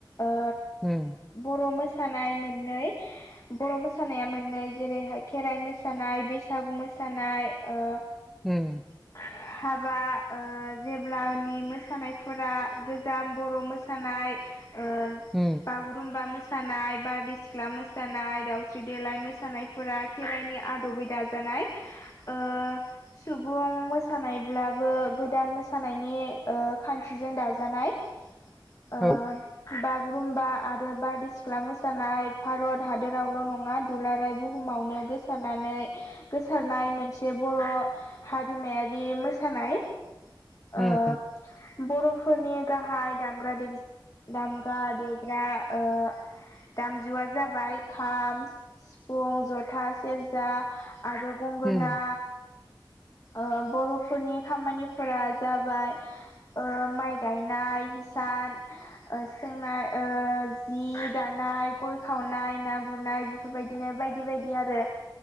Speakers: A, on the left; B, in the centre.
A: ओ
B: <inaudible>
A: बर' मोसानाय मोननै बर' मोसानाया मोननै जेरैहाय खेराइ मोस मोसानाय बैसागु मोसानाय ओ
B: हम
A: <inaudible> हाबा ओ जेब्लानि मोसानायफोरा गोजाम बर' मोसानाय ओ
B: उ
A: बागुरुमबा मोसानाय बारदै सिख्ला मोसानाय दावस्रि देलाय मोसानायफोरा खेराइनि आदबै दाजानाय ओ सुबुं मोसानायब्लाबो गोदान मोसानायनि ओ खान्थिजों दाजानाय ओ
B: औ
A: बागुरुम्बा आरो बारदै सिख्ला मोसानाय भारत हादोरावल' नङा दुलाराय बुहुमावनो गोस गोसारनानै गोसारनाय मोनसे बर' हारिमायारि मोसानाय
B: उम
A: ओ बर' फोरनि गाहाय दामग्रा दे दामग्रा देग्रा ओ दामजुआ जाबाय खाम सिफुं जथास सेरजा आरो गंगोना
B: उम
A: ओ बर'फोरनि खामानिफोरा जाबाय ओ माइ गायनाय हिसान ओ सोंनाय ओ जि दानाय गय खावनाय ना गुरनाय बिफ बिफोरबायदिनो बायदि बायदि आरो